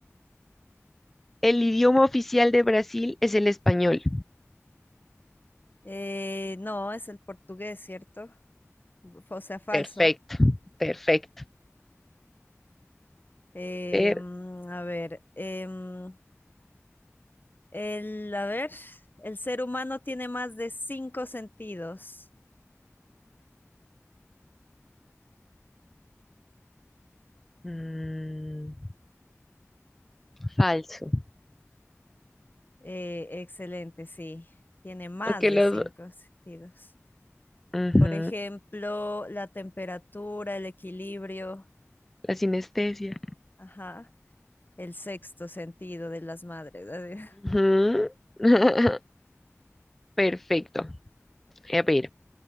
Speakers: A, in the centre; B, on the left.
A: el idioma oficial de Brasil es el español.
B: Eh, no, es el portugués, ¿cierto? F- O sea, falso.
A: Perfecto. Perfecto.
B: Eh,
A: Per-
B: mm, a ver, em, el, a ver, el ser humano tiene más de cinco sentidos.
A: mm, falso.
B: Eh, excelente, sí, tiene más
A: Aunque
B: de
A: los...
B: cinco sentidos.
A: ujú,
B: Por ejemplo, la temperatura, el equilibrio,
A: La sinestesia.
B: ajá, el sexto sentido de las madres. <laughs>
A: Ujú. <laughs> Perfecto. A ver.